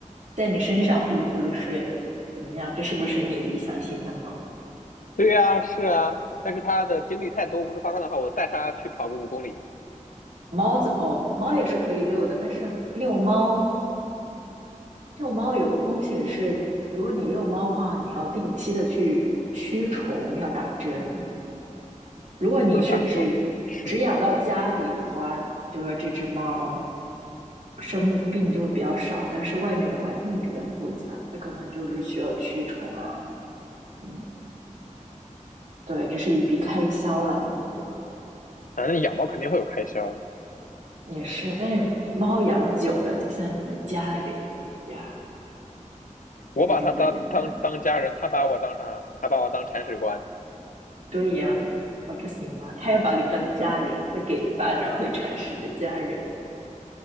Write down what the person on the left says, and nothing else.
对呀，是啊，但是它的精力太多，不是发散的话，我带它去跑个五公里
就打嘛，你去嘛，
反正养猫肯定会有开销啊。
我把他当当当家人，
他把我当啥？他把我当铲屎官，